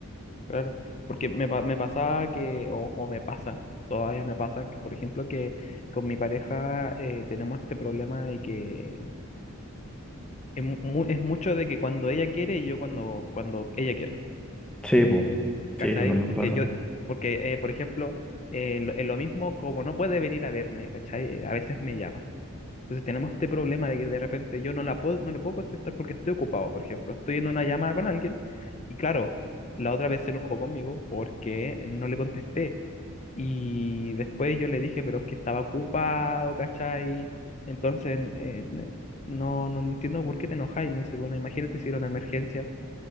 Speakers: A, on the left; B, in the centre.
A: claro. Porque me, pa- me pasaba que, o, o me pasa, todavía me pasa, que, por ejemplo, que con mi pareja eh, tenemos este problema de que es, mu- mu- es mucho de que cuando ella quiere y yo cuando, cuando ella quiere,
B: Sí, po.
A: ¿cachai?
B: Sí, eso no me
A: Porque
B: pasa.
A: yo, porque, eh, por ejemplo, eh, lo, eh, lo mismo como no puede venir a verme, ¿cachai? A veces me llama. Entonces tenemos este problema de que de repente yo no la puedo, no le puedo contestar porque estoy ocupado, por ejemplo, estoy en una llamada con alguien y claro, la otra vez se enojó conmigo porque no le contesté y después yo le dije, pero es que estaba ocupado, ¿cachai? Entonces, eh, no, no entiendo por qué te enojas y me dice, bueno, imagínate si era una emergencia.